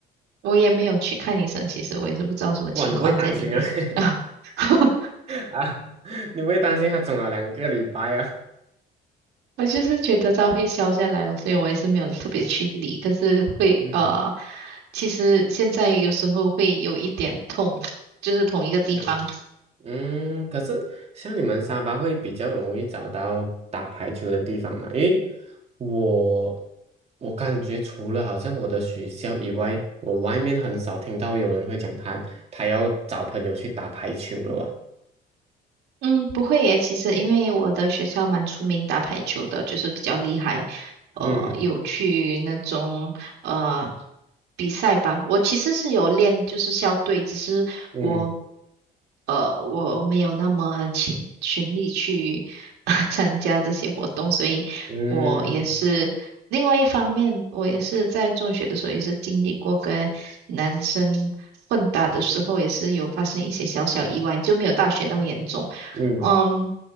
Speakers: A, on the right; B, on the right.
A: 我也没有去看医生，其实我也是不知道什么情况在里面啊。
B: 哇，你不会担心啊？<laughs>
A: <laughs>
B: 啊，你不会担心他肿了两个礼拜啊？
A: 我就是觉得它会消下来哦，所以我也是没有特别去理。可是会呃，
B: 嗯
A: 其实现在有时候会有一点痛，就是同一个地方。
B: 嗯。嗯，可是像你们沙巴会比较容易找到打排球的地方嘛？因为我我感觉除了好像我的学校以外，我外面很少听到有人会讲他他要找朋友去打排球了啊。
A: 嗯，不会耶。其实因为我的学校蛮出名打排球的，就是比较厉害，呃，
B: 嗯
A: 有去那种呃比赛吧。我其实是有练，就是校队，只是我
B: 嗯
A: 呃我没有那么勤勤力去 <laughs> 参加这些活动，所以我也是另外一方面，
B: 嗯
A: 我也是在中学的时候也是经历过跟男生混打的时候，也是有发生一些小小意外，就没有大学那么严重。
B: 嗯，
A: 嗯，